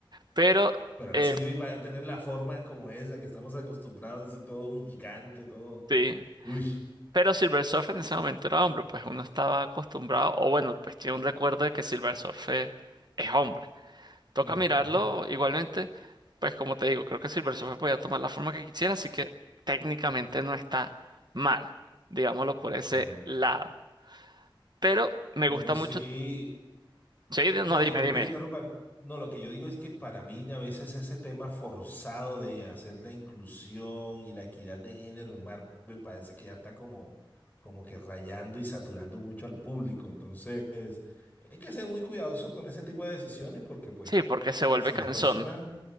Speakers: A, on the right; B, on the left.
A: Pero,
B: Pero ahora
A: eh,
B: sí va a tener la forma como esa que estamos acostumbrados, así todo un gigante, todo.
A: sí.
B: Uy,
A: Pero Silver Surfer en ese momento era hombre, pues uno estaba acostumbrado, o bueno, pues tiene un recuerdo de que Silver Surfer es hombre. Toca
B: Ujú,
A: mirarlo igualmente. Pues como te digo, creo que Silver Surfer podía tomar la forma que quisiera, así que técnicamente no está mal, digámoslo por ese
B: Correcto.
A: lado. Pero me
B: Pero
A: gusta
B: sí,
A: mucho. Sí, di-
B: no,
A: no, dime,
B: disculpa
A: dime.
B: que te interrumpan. No, lo que yo digo es que para mí a veces ese tema forzado de hacer la inclusión y la equidad de género en Marvel parece que ya está como, como que rayando y saturando mucho al público. Entonces, hay que ser muy cuidadosos con ese tipo de decisiones porque pues
A: Sí, porque se vuelve
B: si
A: cansón.
B: las personas